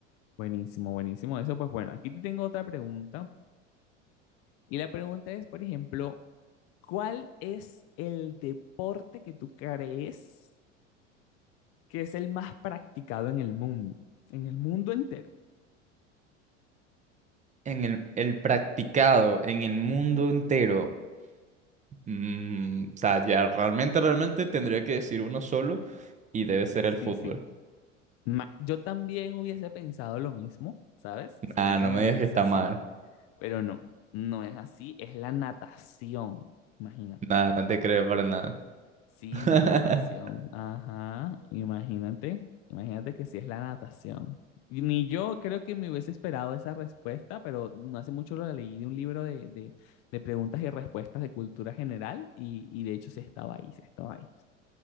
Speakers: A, on the left; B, on the right.
A: Buenísimo, buenísimo. Eso, pues bueno, aquí te tengo otra pregunta. Y la pregunta es, por ejemplo, ¿cuál es el deporte que tú crees que es el más practicado en el mundo? En el mundo entero.
B: En el, el practicado, en el mundo entero. mm, o sea, ya realmente, realmente tendría que decir uno solo y debe ser
A: Sí,
B: el fútbol.
A: sí. Ma- Yo también hubiese pensado lo mismo, ¿sabes? Si
B: Ah,
A: alguien
B: no
A: me
B: me
A: lo
B: digas
A: dice
B: que está
A: así,
B: mal.
A: pero no, no es así, es la natación, imagínate.
B: Nada, no te creo para nada.
A: Sí,
B: <laughs>
A: la natación. Ajá, imagínate, imagínate que sí es la natación. Y Ni yo creo que me hubiese esperado esa respuesta, pero no hace mucho lo leí de un libro de, de- de preguntas y respuestas de cultura general y, y de hecho se estaba ahí, se estaba ahí.